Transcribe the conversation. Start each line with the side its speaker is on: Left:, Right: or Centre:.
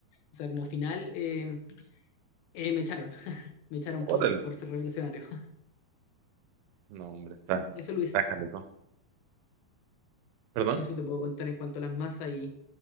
Left: sea, como final eh, eh, me echaron, me echaron por,
Right: Órale.
Left: por ser revolucionario. <laughs>
Right: No, hombre, está,
Left: Eso, Luis,
Right: está canijo. ¿Perdón?
Left: eso te puedo contar en cuanto a las masas y